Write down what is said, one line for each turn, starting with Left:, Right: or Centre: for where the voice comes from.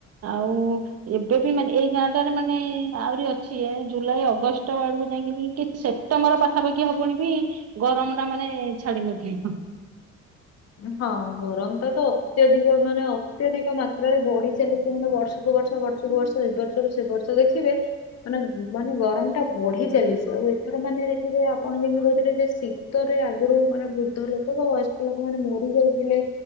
Right: ଆଉ ଏବେ ଠୁ ଏମାନେ ଏଇ ଗାଁ ଟାରେ ମାନେ ଆହୁରି ଅଛି ଜୁଲାଇ ଅଗଷ୍ଟ ବେଳକୁ ଯାଇକି କି ସେ ଅମର ପାଖାପାଖିଆ ହବଣି ବି ଗରମ୍ ଟା ମାନେ ଛାଡି ନଥିବ।
Left: ହଁ ଗରମ ତ ତ ଅତ୍ୟଧିକ ମାନେ ଅତ୍ୟଧିକ ମାତ୍ରାରେ ବଢି ଚାଲିଛି ମାନେ ବର୍ଷକୁ ବର୍ଷ। ସବୁ ବର୍ଷ ଏ ବର୍ଷରୁ ସେ ବର୍ଷ ଦେଖିବେ ମାନେ ମାନେ ଗରମ ଟା ବଢି ଚାଲିଛି ଆଉ ର ମାନେ ଦେଖିବେ ଆପଣ ଯେମିତି କହିଥିଲେ ଯେ ଶୀତରେ ଆଗରୁ ମାନେ ବୃଦ୍ଧ ଲୋକ ବା ବୟସ୍କ ଲୋକ ଲୋକମାନେ ମରି ଯାଉଥିଲେ।